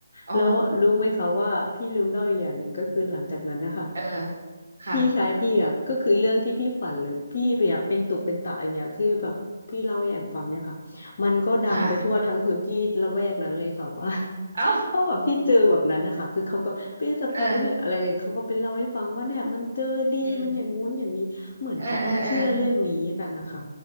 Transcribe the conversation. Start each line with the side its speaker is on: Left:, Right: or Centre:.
Right: อ๋อ
Left: แล้วรู้ไหมคะว่าพี่ลืมเล่าอีกอย่างหนึ่งก็คือหลังจากนั้นนะคะ
Right: เออค่ะ
Left: พี่ชายพี่อ่ะก็คือเรื่องที่พี่ฝันเลยพี่เนี่ยเป็นตุเป็นตะอย่างเงี้ยคือแบบพี่เล่าให้แอมฟังเนี่ยค่ะมันก็ดังไปทั่วทั้งพื้นที่ละแวกนั้นเลยค่ะว่า
Right: ค่ะเอ้า
Left: ถ้าแบบพี่เจอแบบนั้นนะคะคือเขาก็พี่สะใภ้พี่อะไรอย่างเงี้ยเขาก็ไปเล่าให้ฟังว่าเนี่ยมันเจอดีมันอย่างงู้นอย่างนี้เหมือนเขาก็เชื่อเรื่องนี้กันนะคะ
Right: เอออืม เออเออเออ